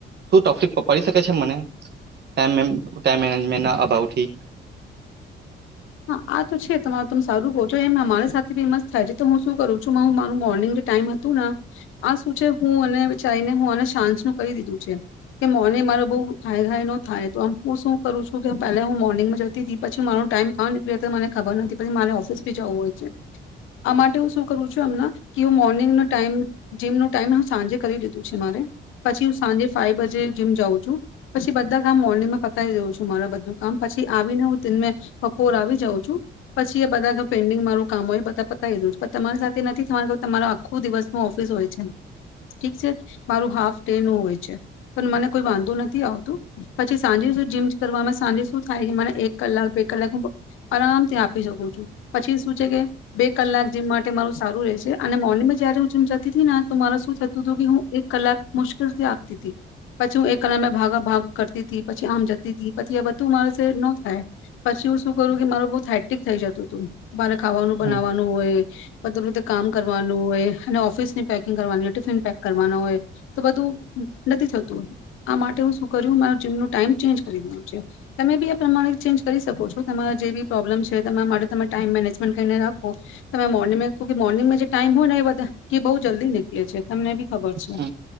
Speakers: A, on the right; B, on the left.
A: શુ ટકલીફ પ પડી શકે છે મને ટાઈમ મેમ ટાઈમ મેનેજમેન્ટના અભાવથી
B: હા આ તો છે તમારે તમે સારું કહો છો એમ ના મારા સાથે બી મસ્ત થાય છે તો હું શું કરું છું મારુ મારુ મોર્નિંગ જે ટાઈમ તુને આ શું છે હું અને જાઈને હુંવાના સાસનું કરી દીધું છે કે મોને મારો બઉ ખાય ખાઈ નો થાય તો હું શું કરું છું કે પેલા હું મોર્નિંગ જ તેથી પછી મારો ટાઈમ કા નીકળી જાય તે મને ખબર નથી પછી મારે ઓફિસ ભી જવું હોય છે આ માટે હું શું કરું છું અમના કે હું મોર્નિંગના ટાઈમ જીમ નો ટાઈમ હું સાંજે કરી લીધું છે મારે પછી હું સાંજે ફાઈ બજે જે જીમ જાઉં છું પછી બધા કામ મોર્નિંગમાં પતાવી દઉં છું મારે બધું કામ પછી આવીને હું તીન મે બપોર આવી જાઉં છું પછી એ બધા કામ પેન્ડિંગ મારું કામ હોય બધા પતાવી દઉ છું પણ તમારી સાથે નથી તમારા કેવુ તમારા આખો દિવસમાં ઓફિસ હોય છે ઠીક છે મારું હાફ ડે નું હોય છે તો મને કોઈ વાંધો નથી આવતું પછી સાંજે શું જીમ જ કરવામાં સાંજે શું થાય મને એક કલાક બે કલાક હું બ આરામથી આપી શકું છું પછી શું છે કે બે કલાક જીમ માટે મારું સારું રહેશે અને મોર્નિંગ જયારે હુંમ જતી હતી ને તો મારે શું થતું હતું કે હું એક કલાક મુશ્કેલથી આપતી હતી પછી હું એક કલાકે ભાગ ભાગ કરતી હતી પછી આમ જતી તી પછી આ બધું મારેથી ન થાય. પછી હું શું કરું કે મારુ બહુ હે્ટિક થઈ જતું હતું. મારે ખાવાનું બનાવવાનું
A: હમ
B: હોય બધું રીતે કામ કરવાનું હોય અને ઓફિસની પેકિંગ કરવાની ટિફિન પેક કરવાનું હોય તો બધું નથી થતું આ માટે હું શું કર્યું મારા જીમ નો ટાઈમ ચેન્જ કરી દીધો છે તમે બી એ પ્રમાણે ચેન્જ કરી શકો છો તમારા જે બી પ્રોબ્લેમ છે તમારા માટે તમે ટાઈમ મેનેજમેન્ટ કરીને રાખો તમે મોર્નિંગ કો કે મોર્નિંગમાં જે ટાઈમ હોય ને એ બધા કે બહુ જલ્દી નીકળે છે તમને બી ખબર છે.
A: હમ